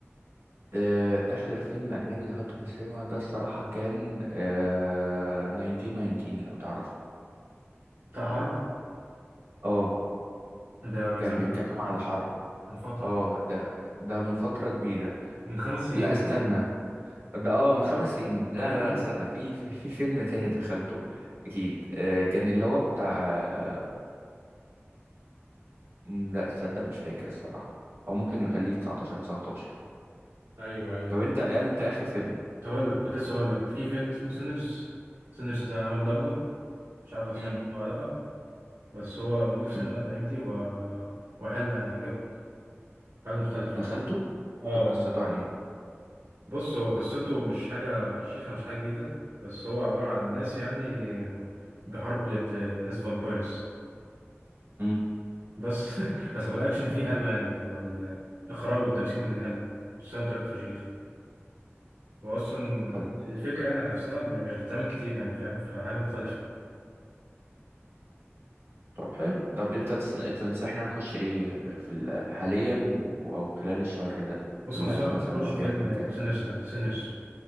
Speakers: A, on the right; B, on the right.
A: آه، آخر فيلم أجنبي دخلته في السينما ده الصراحة كان آه 1919 لو تعرفه
B: بتاع حرب؟
A: اه
B: ده من
A: كان
B: زمان
A: بيتكلم
B: أوي،
A: عن الحرب
B: من فترة
A: اه ده ده من فترة كبيرة
B: من خمس سنين
A: لا استنى
B: صح؟
A: ده اه من خمس سنين لا
B: ياه
A: لا لا استنى في في في فيلم تاني <laughs> دخلته أكيد آه كان اللي هو بتاع آه، م، لا تصدق مش فاكر الصراحة أو ممكن نخليه 19 19
B: أيوه أيوه
A: طب أنت أنت آخر فيلم
B: كنت أقول لك كنت لسه أقول لك في فيلم اسمه سينرز سينرز ده عمل ضجة مش عارف لو سمعت
A: مم.
B: عنه ولا لأ بس هو موجود في
A: مم.
B: السينما الأيام دي و... وحلو يعني هيعجبك حاجة مختلفة
A: دخلته
B: اه
A: طب قصته عن إيه؟
B: بص هو قصته مش حاجة فشيخة مش حاجة جديدة بس هو عبارة عن ناس يعني بيحاربوا ضد ناس فامبايرز
A: مم.
B: بس <laughs> بس هو الأكشن فيه حلو يعني وال- والإخراج والتمثيل حلو الساوند تراك فشيخ هو أصلا
A: طب
B: الفكرة يعني نفسها م- مش بتتعمل كتير يعني فاهم فحاجة مختلفة
A: طب حلو طب انت تسن- تنصحني نخش ايه في ال- حاليا و... او خلال الشهر ده
B: بص
A: الافلام
B: أنصحك
A: مثلا
B: تخش
A: لو في
B: فيلم
A: افلام تاني
B: سينرز ده سينرز